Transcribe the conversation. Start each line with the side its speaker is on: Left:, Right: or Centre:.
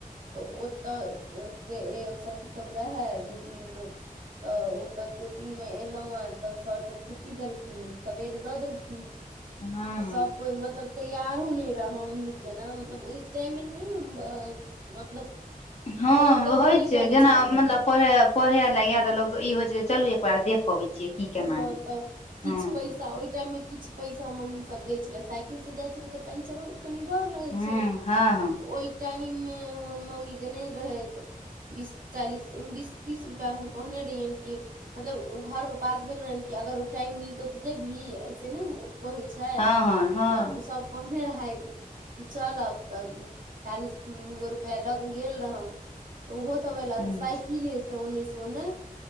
Right: तऽ ओतऽ सखी सब रहै दू तीन गो तऽ ओ तऽ कोचिंग मे एलहु ह तऽ सर सब छुट्टी देलखिन सवेरे दऽ देलखिन तऽ
Left: हँ हँ
Right: सब कोइ मतलब तैयारो नहि रहौ नीक जेना मतलब ओहि टाइममे नहि हम मतलब
Left: हँ
Right: व्रत त्रत
Left: होइ
Right: नहि
Left: छै
Right: करै
Left: जेना
Right: छलहुँ
Left: मतलब
Right: हेँ
Left: पढ़े पढ़े लए या त लोग ई होइ छै चलू एकबार देख अबै छियै की केना
Right: हँ
Left: है
Right: तऽ किछ
Left: हँ
Right: पैसा ओहि टाइम मे किछ पैसा मम्मी सब दै छले साइकिल से जाइ छले त पेंचर हो कनि डर रहै
Left: हूँ
Right: छै
Left: हँ हँ
Right: ओहि टाइम मे हमर मम्मी देने रहैत बीस चालीस बीस तीस रुपआ हम कहने रहियै कि मतलब घरमे बात भेल अगर ओ टाइम मिलतौ तऽ जेबी ऐसे ने कहै छै
Left: हँ हँ हँ
Right: तब सब कहने रहइत ई चलब तऽ चालिस गो रुपआ लऽ के गेल रहौ तऽ ओहो सब एयला
Left: हूँ
Right: तऽ साइकिले से ओने से ओने